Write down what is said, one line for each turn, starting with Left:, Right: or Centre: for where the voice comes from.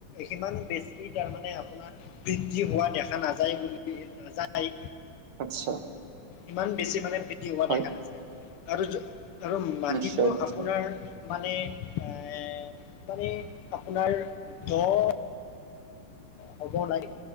Left: সিমান বেছি তাৰমানে আপোনাৰ বৃদ্ধি হোৱা দেখা নাযায় বুলি নাযায়
Right: আচ্ছা।
Left: ইমান বেছি মানে বৃদ্ধি হোৱা
Right: হয়
Left: দেখা নাযায় আৰু য কাৰণ মাটিটো
Right: নিশ্চয় নিশ্চয়
Left: আপোনাৰ। মানে এ মানে আপোনাৰ দ'। হ'ব লাগিব